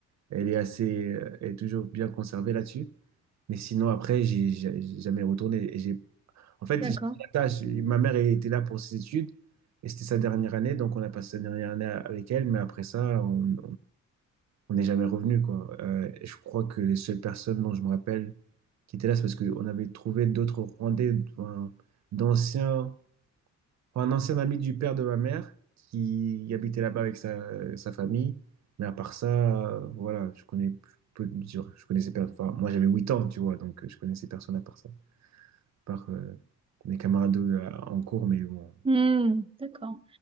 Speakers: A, on the right (about 65°); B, on the right (about 20°).
A: elle est assez, euh, elle est toujours bien conservée là-dessus. Mais sinon, après, j'ai j'ai- j'ai jamais retourné. Et j'ai, en fait,
B: D'accord.
A: j'ai pas d'attache. Ma mère elle était là pour ses études et c'était sa dernière année, donc on a passé sa dernière année avec elle. Mais après ça, on, on n'est jamais revenu, quoi. Euh, et je crois que les seules personnes dont je me rappelle qui étaient là, c'est parce qu'on avait trouvé d'autres Rwandais, enfin, d'anciens, enfin, un ancien ami du père de ma mère qui habitait là-bas avec sa, sa famille. Mais à part ça, euh, voilà, je connais peu de je je connaissais per- enfin, moi j'avais 8 ans, tu vois, donc euh, je connaissais personne à part ça, à part euh, mes camarades euh, en cours, mais bon.
B: Hmm, D'accord.